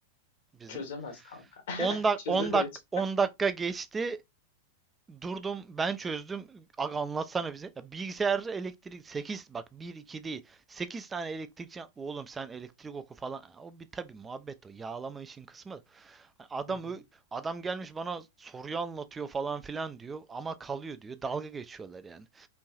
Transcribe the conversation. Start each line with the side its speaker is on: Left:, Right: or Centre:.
Right: bizim.
Left: Çözemez kanka.
Right: 10 dak
Left: Çözemez.
Right: 10 dak 10 dakika geçti. Durdum ben çözdüm. Aga anlatsana bize. Ya bilgisayar elektrik sekiz bak bir 2 değil. 8 tane elektrikçi oğlum sen elektrik oku falan. O bir tabii muhabbet o. Yağlama işin kısmı da. Hani Adam
Left: Hı hı.
Right: ö- adam gelmiş bana soruyu anlatıyor falan filan diyor ama kalıyor diyor. Dalga geçiyorlar yani.